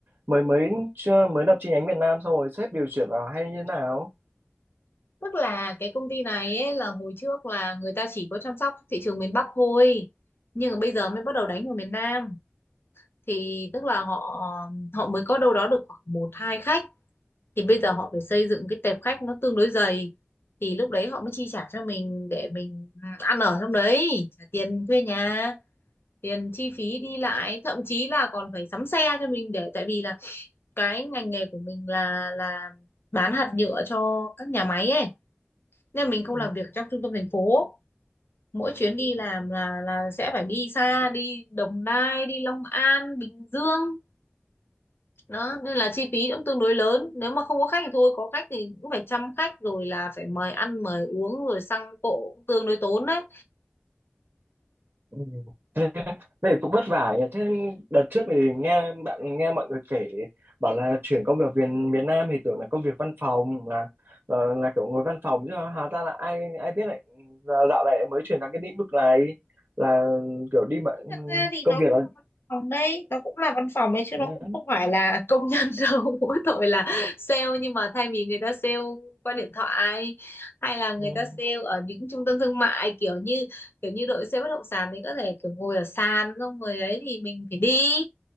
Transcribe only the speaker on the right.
mới mới chưa- mới lập chi nhánh miền Nam xong rồi sếp điều chuyển vào hay như thế nào?
Ừ.
Ừ. Thế, thế cũng vất vả nhỉ. Thế đợt trước thì nghe bạn nghe mọi người kể bảo là chuyển công việc về miền Nam thì tưởng là công việc văn phòng là ờ, là kiểu ngồi văn phòng chứ hóa ra là ai ai biết lại giờ dạo này mới chuyển sang cái lĩnh vực này là kiểu đi bạn
công
việc
là
ừ,
ừ,